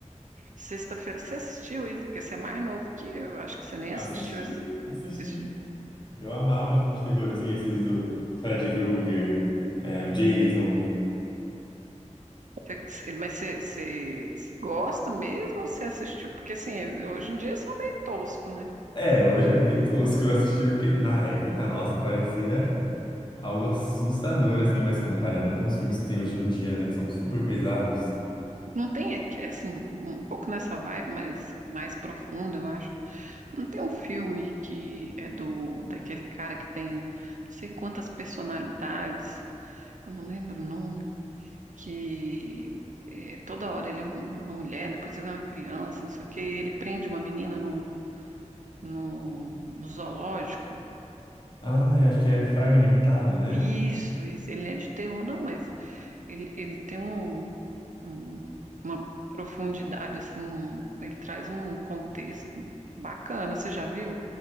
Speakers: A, on the right; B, on the left.
A: Sexta-feira, você assistiu isso? Porque você é mais novo que eu, acho que você nem assistiu
B: Assisti,
A: isso.
B: assisti.
A: Assisti-
B: Eu amava filme de terror, assim, esses do Freddy Krueger, é, o Jason.
A: você- Mas você, você, você gosta mesmo ou você assistiu? Porque assim, eles- hoje em dia eles são meio tosco, né?
B: É, hoje é bem tosco. Eu assisti porque na época, nossa, parecia. Algo assustador, assim, mas comparando com os filmes que tem hoje em dia, né? Que são super pesados.
A: Não tem, aqui, assim, um pouco nessa vibe, mas mais profunda, eu acho. Não tem um filme que é do daquele cara que tem não sei quantas personalidades, eu não lembro o nome, que é, toda hora ele é um- uma mulher, depois ele é uma criança, não sei o quê, e ele prende uma menina no, no, no zoológico.
B: Ah, eu acho que é Fragmentado, né?
A: Isso, isso, ele é de terror, não, mas Ele, ele tem um, um- uma profundidade, assim, um- ele traz um contexto bacana, você já viu?